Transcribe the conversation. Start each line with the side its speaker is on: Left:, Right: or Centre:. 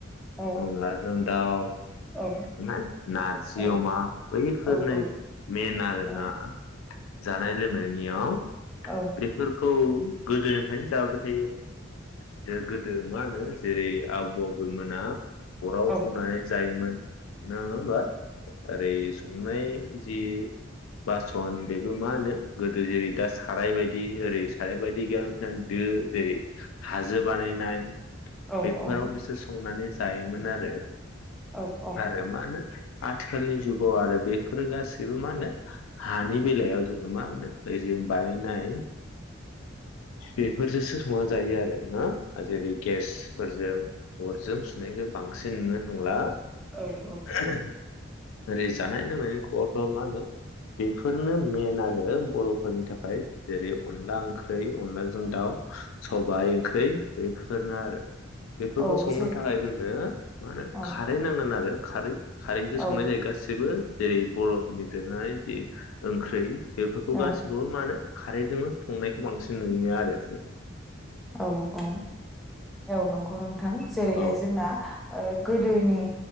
Centre: औ
Left: अनलाजों दाउ
Centre: औ
Left: ना नारजि
Centre: औ
Left: अमा बैफोरनो
Centre: औ औ
Left: मेन आरोना।
Centre: औ
Left: जानाय लोंनायनियाव
Centre: औ
Left: बेफोरखौ गोदोनिफ्रायनो जाबोबाय थायो दो गोदो मा होनो जेरै आबौ आबैमोना अराव
Centre: औ
Left: संनानै जायोमोन। नङा होमबा ओरै संनाय जि बासन बेबो मा होनो गोदो जेरै दा साराय बायदि ओरै साराय बायदि गैया मोनसे दो जेरै हाजो बानायनाय
Centre: औ उम
Left: बेफोराव बिसोर संनानै जायोमोन आरो।
Centre: औ औ औ
Left: आरो मानो आथ आथिखालनि जुगाव आरो बेफोरो गासैबो मा होनो हानि बेलायाव जोङो मा दैजों बानायनाय बेफोरजोसो हंना जायो आरो। न आ जेरै गेसफोरजों अरजों सुनायखौ बांसिन नुनो थांला।
Centre: औ औ
Left: <inaudible> ओरै जानाय लोंनायनि खबरफोरा मा होनो बेफोरनो मेन आरो बर'फोरनि थाखाय जेरै अनला ओंख्रै अनलाजों दाउ सबाय ओंख्रै बेफोरनो आरो। बेफोरखौ
Centre: औ
Left: संनो
Centre: जे
Left: थाखाय जोंनो मा होनो
Centre: औ
Left: खारै नांगोन आरो। खारै खारैजों
Centre: औ
Left: संनाय जायो गासिबो जेरै बर'फोरनि दोरोङारि जि ओंख्रै बेफोरखौ
Centre: औ
Left: गासिखौबो मानो खारैजोंनो संनायखौ बांसिन नुयो आरो जों।
Centre: औ औ औ नंगौ नोंथां जेरैहाय
Left: औ
Centre: जोंना ओ गोदोनि